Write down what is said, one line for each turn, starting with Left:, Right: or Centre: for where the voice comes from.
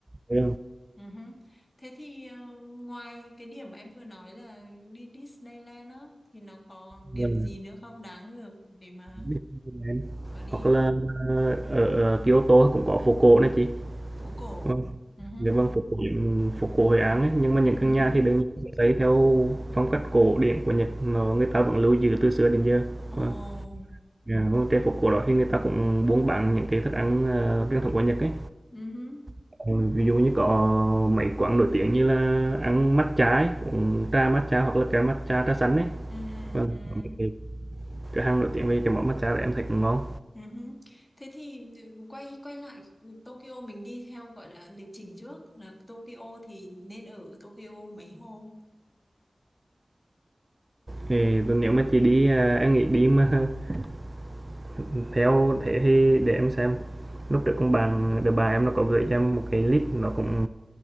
Right: dạ
Left: Ừ hứ. Thế thì ờ, ngoài cái điểm mà em vừa nói là đi Disneyland á thì nó còn
Right: vâng,
Left: điểm gì
Right: vâng.
Left: nữa không đáng được để mà
Right: Disneyland.
Left: bỏ đi
Right: Hoặc là ở, ở Kyoto cũng có phố cổ này chị.
Left: phố cổ?
Right: Vâng,
Left: Ừ hứ.
Right: dạ vâng, phố cổ, ừm, phố cổ Hội An ấy, nhưng mà những căn
Left: Ừ
Right: nhà
Left: hứ.
Right: thì đương nhiên sẽ xây theo phong cách cổ điển của Nhật, nó người ta vẫn lưu giữ từ xưa đến giờ.
Left: Ồ.
Right: Vâng. Dạ, vâng, trên phố cổ đó thì người ta cũng buôn bán những cái thức ăn ờ, truyền thống của Nhật ấy.
Left: Ừ hứ.
Right: Ừ, Ví dụ như có mấy quán nổi tiếng như là ăn matcha ấy, uống trà matcha hoặc là cái matcha trà xanh ấy.
Left: Ừ ừ
Right: Vâng,
Left: ừ.
Right: có mấy cái cửa hàng nổi tiếng về cái món matcha đấy em thấy cũng ngon.
Left: Ừ hứ. Thế thì ừ, quay quay lại Tokyo mình đi theo gọi là lịch trình trước là Tokyo thì nên ở Tokyo mấy hôm.
Right: Thì nếu mà chị đi à, em nghĩ đi mà <laughs> theo thế thì để em xem. Lúc trước con bạn đứa bà em nó có gửi cho em một cái list nó cũng